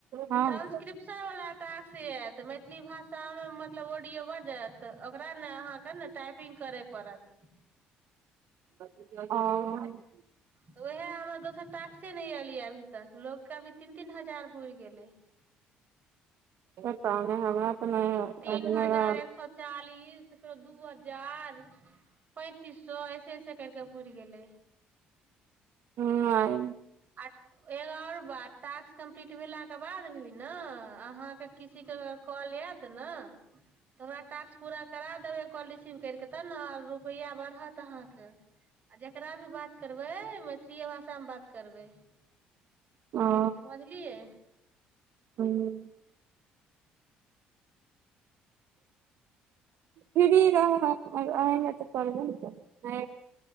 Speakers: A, on the right; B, on the right.
A: हँ
B: ट्रान्सक्रिप्शन वाला टाक्स आइत मैथिली भाषामे मतलब ऑडियो बजत ओकरा न अहाँके न टाइपिंग करय पड़त
A: <inaudible>
B: तऽ ओहि सँ हमर दोसर टास्के नहि एलियै एखन तक, लोकके एखन तीन-तीन हजार पूरा भऽ गेलै।
A: कता नहि ह तऽ नहि <unintelligible>
B: तीन हजार
A: मेरा
B: एक सए चालीस फेरो दू हजार पैंतीस सए ऐसे ऐसे करिके पुरि गेलै।
A: हूँ।
B: आ एग आओर बात टास्क कम्प्लीट भेलाके बाद भी ने अहाँके किसी के कॉल आइत न हमरा टास्क पूरा करा देबे कॉल रिसीव कर के तब ने रुपैआ बढ़त अहाँके आ जकरा भी बात करबै मैथिलिए भाषामे बात करबै।
A: ओ
B: समझलियै?
A: हँ। फ्री रहऽ तऽ करबै ने।